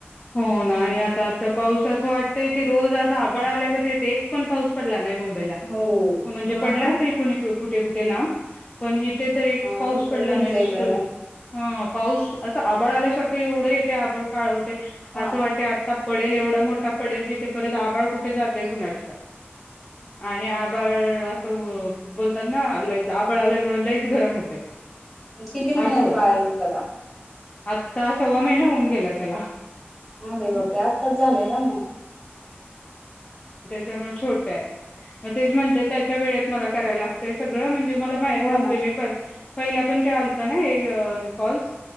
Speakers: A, on the left (about 30°); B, in the centre.
A: हो ना आणि आता आजचा पाऊस असं वाटतय की रोज असा आभाळ आल्या गत येतय एक पण पाऊस पडला नाही म
B: हो
A: <unintelligible> म्हणजे
B: हा
A: पडला
B: ना
A: असेल कुणीकडून कुठे कुठे लांब पण हीत कुठेतरी
B: हा
A: पाऊस
B: इकडे
A: पडला
B: तुमच्या
A: नाही नुसत
B: इकडे
A: हा पाऊस अस आभाळ आल्या सकाळी एवढं येतय आभाळ काळवट अस
B: हा
A: वाटतय आ ता पडेल एवढा मोठा पडेल की, ते परत आभाळ कुठे जातय कुणाच ठाऊ आणि आबाळ असं बोलतात ना लय आबळ आल्यामुळ लईच गरम होतय.
B: किती महिन्याच
A: असं होत
B: बाळ आहे तुमचं आता
A: आत्ता सव्वा महिना होऊन गेलात त्याला
B: हा भई बापरे आताच झालाय ना म
A: त्यामुळ छोट्याय म तेच म्हणतोय त्याच्या वेळेत मला करायला लागतय सगळं म्हणजे मला माहि नव्हते
B: हो ना
A: मी पहिल्यापण त्या आलत्या ना यअ कॉल्स